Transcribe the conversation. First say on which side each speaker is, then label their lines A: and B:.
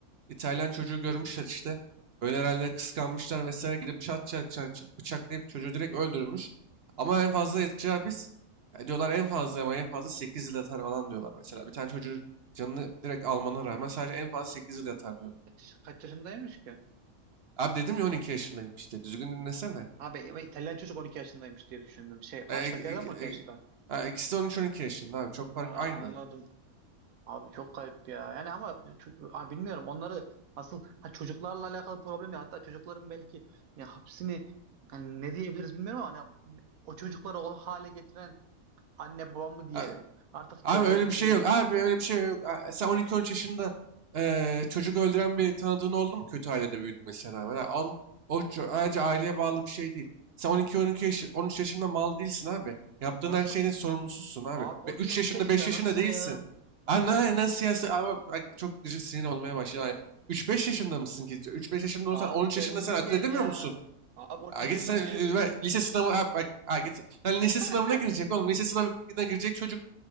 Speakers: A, on the right; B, on the right.
A: İtalyan çocuğu görmüşler işte. öyle herhalde kıskanmışlar vesaire gidip çat çat çat çat bıçaklayıp çocuğu direkt öldürmüş. Ama en fazla yatacağı hapis e, diyorlar en fazla ama en fazla 8 yıl yatar falan diyorlar mesela. Bir tane çocuğu canını direkt almana rağmen sadece en fazla 8 yıl yatar diyorlar.
B: Kaç, kaç yaşındaymış ki?
A: Abi dedim ya 12 yaşındayım işte düzgün dinlesene.
B: Abi İtalyan çocuk 12 yaşındaymış diye düşündüm. Şey karşıdakilerden
A: E, ik- ik-
B: mi
A: ik-
B: 12 yaşında?
A: ha, ikisi de 13-12 yaşında abi. Çok
B: Aa,
A: fark aynı.
B: anladım. Abi çok garip ya. Yani ama ço- abi bilmiyorum onları asıl ha çocuklarla alakalı problem ya. Hatta çocukların belki ne hapsini yani ne diyebiliriz bilmiyorum ama hani o çocukları o hale getiren anne babam mı diyelim.
A: Ha,
B: Artık
A: abi
B: çevre
A: öyle
B: mi
A: bir şey
B: diyelim.
A: yok. Abi öyle bir şey yok. Ha, sen on iki on üç yaşında e, çocuk öldüren bir tanıdığın oldu mu kötü ailede büyütmesine rağmen? Ha, on, o ço- ayrıca aileye bağlı bir şey değil. Sen on iki on iki yaş, 13 yaşında mal değilsin abi. Yaptığın
B: Nasıl?
A: her şeyin sorumlususun abi.
B: Abi
A: Ve
B: 12-13
A: 3 yaşında
B: yaşında
A: 5 yaşında
B: nasıl
A: değilsin.
B: ya? Abi
A: abi ne,
B: 12-13
A: ne siyasi ama bak, çok gıcık sinir olmaya başladı. üç beş yaşında mısın ki? üç beş yaşında
B: Abi
A: olsan on üç
B: kendine
A: yaşında sen akıl
B: gel
A: edemiyor
B: ya.
A: musun?
B: Abi 12-13
A: Ha, git
B: yaşındaki
A: sen
B: çocuk
A: ünive- lise sınavı ha, bak ha, git sen lise
B: <laughs>
A: sınavına girecek oğlum. Lise sınavına girecek çocuk